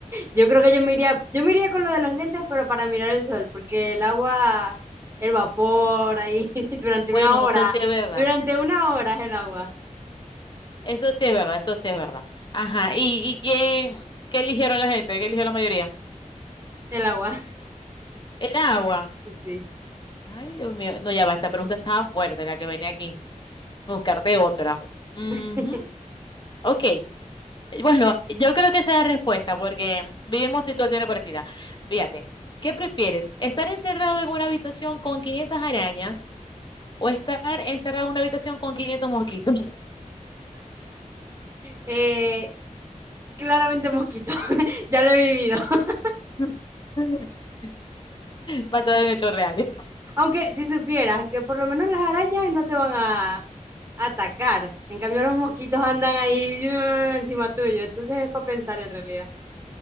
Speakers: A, on the right; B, on the left.
A: Yo creo que yo me iría, yo me iría con lo de los lentes, pero para mirar el sol, porque el agua, el vapor ahí, <laughs> durante
B: Bueno,
A: una hora,
B: eso sí es verdad.
A: durante una hora es el agua,
B: Eso sí es verdad, eso sí es verdad. Ajá. ¿Y, y qué, qué eligieron la gente? ¿Qué eligió la mayoría?
A: el agua.
B: El agua.
A: <laughs> Sí.
B: Ay, Dios mío. No, ya va, esta pregunta estaba fuerte, la que venía aquí. Buscarte otra. Ujú.
A: <laughs>
B: Ok. Bueno, yo creo que esa es la respuesta, porque vivimos situaciones parecidas. Fíjate, ¿qué prefieres? ¿Estar encerrado en una habitación con 500 arañas o estar encerrado en una habitación con quinientos mosquitos.
A: Eh, claramente mosquito, <laughs> ya lo he vivido. <laughs>
B: <laughs> Basado en hechos reales.
A: Aunque si supieras que por lo menos las arañas no te van a atacar, en cambio los mosquitos andan ahí <laughs> encima tuyo, entonces es para pensar en realidad.